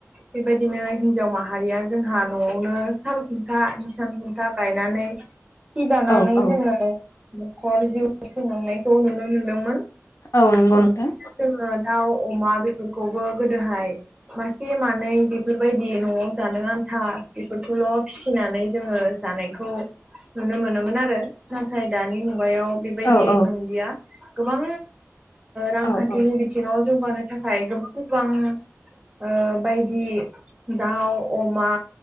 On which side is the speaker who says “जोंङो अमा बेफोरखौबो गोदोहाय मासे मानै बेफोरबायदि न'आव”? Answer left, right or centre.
Right